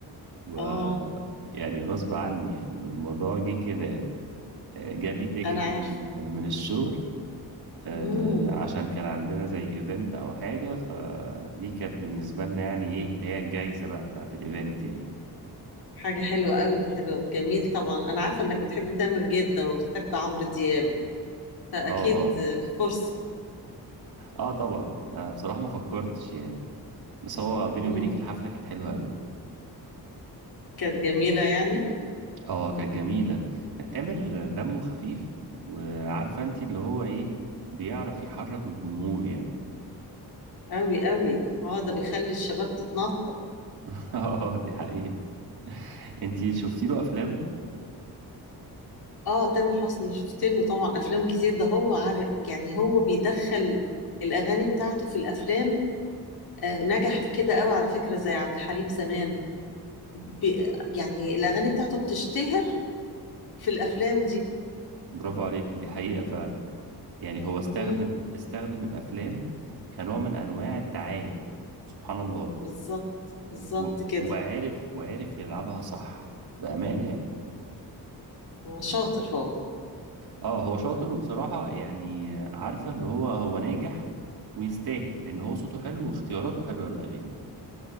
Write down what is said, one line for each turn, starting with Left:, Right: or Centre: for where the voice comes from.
Right: و
Left: آه
Right: يعني غصب عني يعني الموضوع جه كده يعني آه، جالي تيكت
Left: أنا عارفة
Right: من من الشغل آه،
Left: مم.
Right: عشان كان عندنا زي ايفنت او حاجة فدي كانت بالنسبة لنا يعني ايه اللي هي الجايزة بقى بتاعة الايفنت يعني
Left: حاجة حلوة قوي حلوة جميل طبعا أنا عارفة إنك بتحب تامر جدا وبتحب عمرو دياب فأكيد
Right: اه اه
Left: فرصة
Right: اه طبعا آه بصراحة ما فكرتش يعني بس هو بيني
Left: مم.
Right: وبينك الحفلة كانت حلوة قوي
Left: كانت جميلة يعني
Right: اه كانت جميلة تامر دمه خفيف وعارفة انت اللي هو ايه بيعرف يحرك الجمهور يعني
Left: قوي قوي اه ده بيخلي الشباب تتنطط
Right: <laughs> اه دي حقيقة انت شفتي له افلام
Left: اه تامر حسني شفت له طبعا افلام كتير ده هو عارف يعني هو بيدخل الاغاني بتاعته في الافلام آه نجح في كده قوي على فكره زي عبد الحليم زمان بي يعني الاغاني بتاعته بتشتهر في الافلام دي
Right: برافو عليك دي حقيقة فعلا يعني هو استخدم
Left: امم
Right: استخدم الافلام كنوع من انواع الدعاية سبحان الله
Left: بالظبط بالظبط
Right: و...
Left: كده
Right: وعرف وعرف يلعبها صح بأمانة يعني
Left: هو شاطر هو
Right: اه هو شاطر وبصراحة يعني عارفة اللي هو هو ناجح ويستاهل لأن هو صوته حلو واختياراته حلوة للأغاني